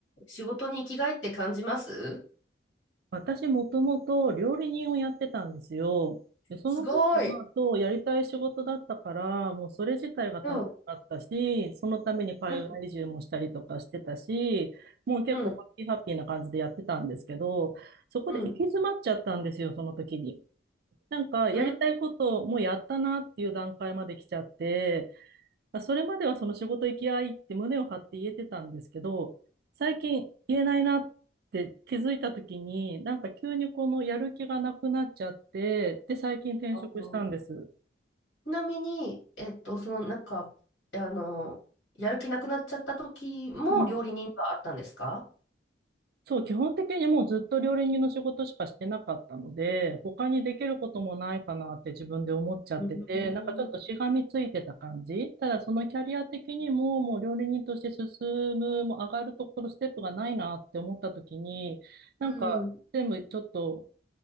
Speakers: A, on the left; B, on the right.
A: 仕事に生きがいって感じます
B: 私もともと料理人をやってたんですよ。で、その時は、
A: すごい。
B: そう、やりたい仕事だったから、もうそれ自体が楽しかったし、
A: うん、
B: そのために海外移住もしたりとかしてたし、
A: うん、
B: もう結構ハッピーハッピーな感じでやってたんですけど、
A: うん、
B: そこで行き詰まっちゃったんですよ、
A: うん。
B: その時に。なんか、やりたいことをもうやったなっていう段階まで来ちゃって、
A: うん
B: まあそれまではその仕事行き合いって胸を張って言えてたんですけど、最近言えないなって気づいた時に、なんか急にこのやる気がなくなっちゃって、で、最近転職したんです。
A: あのちなみに、えっと、その、なんか、あの、やる気なくなっちゃった時も料理人があったんですか
B: うんそう、基本的にもうずっと料理人の仕事しかしてなかったので、他にできることもないかなって自分で思っちゃってて、
A: うん、うん、
B: なんかちょっとしがみついてた感じ。
A: うん、
B: ただそのキャリア的にも、もう料理人として進む、もう上がるところ、ステップがないなって思った時に、なんか全部ちょっと、
A: うん。